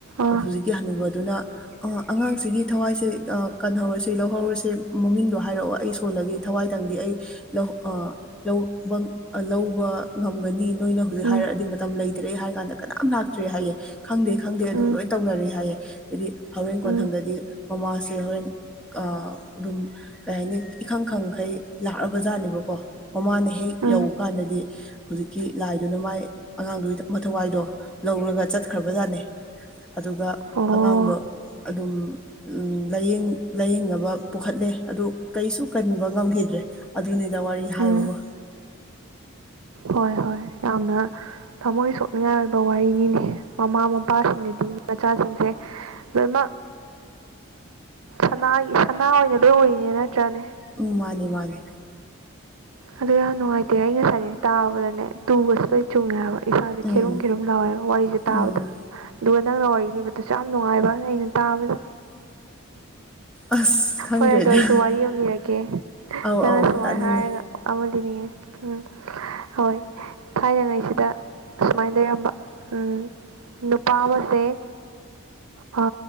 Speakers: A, on the right (about 85°); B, in the centre.
A: ꯑꯥ
B: ꯍꯧꯖꯤꯛꯀꯤ ꯍꯅꯨꯕꯗꯨꯅ ꯑꯥ ꯑꯉꯥꯡꯁꯤꯒꯤ ꯊꯋꯥꯏꯁꯦ ꯑꯥ ꯀꯟꯍꯧꯔꯁꯤ ꯂꯧꯍꯧꯔꯁꯤ ꯃꯃꯤꯡꯗꯣ ꯍꯥꯏꯔꯛꯑꯣ ꯑꯩ ꯁꯣꯜꯂꯒꯦ ꯊꯋꯥꯏꯗꯪꯗꯤ ꯑꯩ ꯂꯧ ꯑꯥ ꯂꯧꯕ ꯂꯧꯕ ꯉꯝꯒꯅꯤ ꯅꯣꯏꯅ ꯍꯧꯖꯤꯛ ꯍꯥꯏꯔꯛꯑꯗꯤ
A: ꯎꯝ
B: ꯃꯇꯝ ꯂꯩꯇ꯭ꯔꯦ ꯍꯥꯏꯔ ꯀꯥꯟꯗ ꯀꯅꯥꯝ ꯂꯥꯛꯇ꯭ꯔꯦ ꯍꯥꯏꯌꯦ ꯈꯪꯗꯦ ꯈꯪꯗꯦ ꯑꯗꯨꯝ
A: ꯎꯝ
B: ꯂꯣꯏ ꯇꯧꯅꯔꯤ ꯍꯥꯏꯌꯦ ꯑꯗꯨꯗꯤ ꯍꯣꯔꯦꯟ ꯀꯣꯟꯊꯪꯗꯗꯤ
A: ꯎꯝ
B: ꯃꯃꯥꯁꯦ ꯍꯣꯔꯦꯟ ꯑ ꯑꯗꯨꯝ ꯀꯩ ꯍꯥꯏꯅꯤ ꯏꯈꯪ ꯈꯪꯈꯩ ꯂꯥꯛꯕ ꯖꯥꯠꯅꯦꯕꯀꯣ ꯃꯃꯥꯅ ꯍꯦꯛ ꯌꯧ
A: ꯎꯝ
B: ꯀꯥꯟꯗꯗꯤ ꯍꯧꯖꯤꯛꯀꯤ ꯂꯥꯏꯗꯨꯅ ꯃꯥꯏ ꯑꯉꯥꯡꯗꯨꯒꯤ ꯃꯊꯋꯥꯏꯗꯣ ꯂꯧꯔꯒ ꯆꯠꯈ꯭ꯔꯥꯕꯖꯥꯠꯅꯦ ꯑꯗꯨꯒ
A: ꯑꯣ
B: ꯑꯉꯥꯡꯗꯣ ꯑꯗꯨꯝ ꯂꯥꯏꯌꯦꯡ ꯂꯥꯏꯌꯦꯡꯅꯕ ꯄꯨꯈꯠꯂꯦ ꯑꯗꯨ ꯀꯩꯁꯨ ꯀꯟꯕ ꯉꯝꯈꯤꯗ꯭ꯔꯦ ꯑꯗꯨꯅꯤꯗ ꯋꯥꯔꯤ ꯍꯥꯏꯕꯕꯨ
A: ꯎꯝ ꯍꯣꯏ ꯍꯣꯏ ꯌꯥꯝꯅ ꯊꯝꯃꯣꯏ ꯁꯣꯛꯅꯤꯡꯉꯥꯏ ꯑꯣꯏꯕ ꯋꯥꯔꯤꯅꯤꯅꯦ ꯃꯃꯥ ꯃꯄꯥꯁꯤꯡꯅꯗꯤ ꯃꯆꯥꯁꯤꯡꯁꯦ ꯂꯣꯏꯅꯃꯛ ꯁꯅꯥꯒꯤ ꯁꯅꯥ ꯑꯣꯏꯅ ꯂꯣꯏ ꯎꯔꯤꯅꯦ ꯅꯠꯇ꯭ꯔꯅꯦ
B: ꯎꯝ ꯃꯥꯅꯤ ꯃꯥꯅꯤ
A: ꯑꯗꯨ ꯌꯥꯝ ꯅꯨꯡꯉꯥꯏꯇꯦ ꯑꯩ ꯉꯁꯥꯏꯗꯩ ꯇꯥꯕꯗꯅꯦ ꯇꯨꯒꯁꯦ ꯂꫭꯏ ꯆꯨꯡꯉꯦꯕ ꯏꯁꯥꯁꯦ
B: ꯎꯝ
A: ꯈꯤꯔꯨꯝ ꯈꯤꯔꯨꯝ ꯂꯥꯎꯋꯦꯕ ꯋꯥꯔꯤꯁꯦ ꯇꯥꯕꯗ
B: ꯎꯝ
A: ꯑꯗꯨꯒ ꯅꯪꯅ ꯋꯥꯔꯤ ꯂꯤꯔꯤꯕꯗꯨꯁꯨ ꯌꯥꯝ ꯅꯨꯡꯉꯥꯏꯕ ꯑꯩꯅ ꯇꯥꯕꯗ
B: ꯑꯁ ꯈꯪꯗ꯭ꯔꯦꯗ
A: ꯍꯣꯏ ꯑꯗꯣ ꯑꯩꯁꯨ ꯋꯥꯔꯤ ꯑꯃ ꯂꯤꯔꯛꯀꯦ
B: ꯑꯧ
A: ꯅꯪꯅ
B: ꯑꯧ
A: ꯁꯃꯥꯏ
B: ꯇꯥꯅꯤꯡꯉꯦ
A: ꯍꯥꯏꯔꯒ ꯑꯃ ꯂꯤꯅꯤꯉꯦ ꯎꯝ ꯍꯣꯏ ꯊꯥꯏꯅꯉꯩꯁꯤꯗ ꯁꯨꯃꯥꯏ ꯂꯩꯔꯝꯕ ꯎꯝ ꯅꯨꯄꯥ ꯑꯃꯁꯦ ꯍ